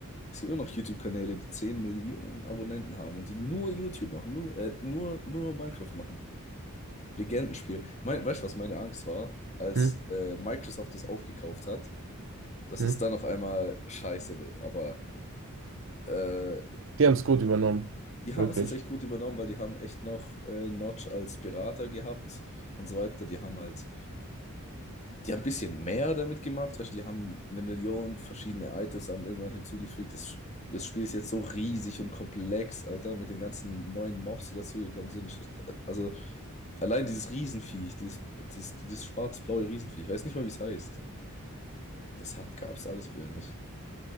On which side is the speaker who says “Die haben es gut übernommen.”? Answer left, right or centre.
Right